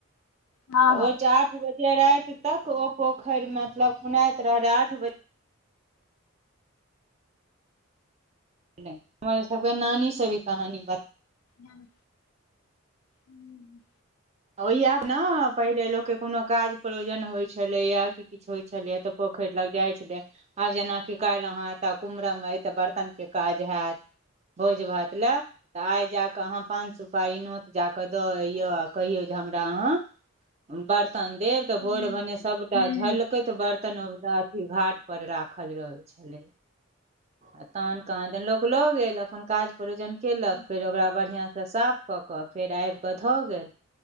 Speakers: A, on the left; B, on the right.
A: हँ
B: त ओ जाठ बन। जे राति तक ओ पोखरि मे मतलब खुनाइत रहले आठ बजे। नै हमर सब के नानी सब इ कहानी बत।
A: याहु हुं
B: ओयैक न पहिले लोकके कोनो काज प्रयोजन होइ छलैएा। कि किछु होइत छलैए। तऽ पोखरि लग जाइ छलैया। आब जेना कि काइल अहाॅ एतह कुमरम अइ तऽ बर्तन के काज हैत। भोज भात लय तऽ आइ जााकऽ हऽम पान सुपारी नोत जाकऽ दऽ अइय। कहियौ जे हमरा अहाँ बर्तन देब तऽ
A: हुँ
B: भोर भने सबटा
A: हुँ।
B: झलकैत बर्त। तनव दासी घाट पर राखल रहै छेलइ। आ तहन कहाँ दैन लोक लऽ गेल। अपन काज प्रयोजन केयलक
A: अच्छा
B: फेर ओकरा बढ़िआँ सँ साफ कऽ कऽ फेर आबि। कऽ धऽ गेल।